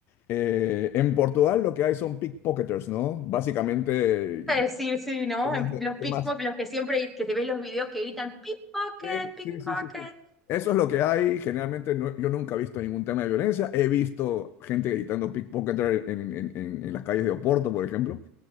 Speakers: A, on the left; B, in the centre.
A: Eh, en Portugal lo que hay son pickpocketers, ¿no? Básicamente...
B: a decir, sí, ¿no?
A: Temas
B: En
A: de-
B: Los
A: temas-
B: pickpockets, los que siempre, que te ves los videos que gritan pickpocket,
A: Sí,
B: pickpocket.
A: sí, sí, sí, sí. Eso es lo que hay. Generalmente no- yo nunca he visto ningún tema de violencia. He visto gente gritando pickpocketer en, en- en- en las calles de Oporto, por ejemplo.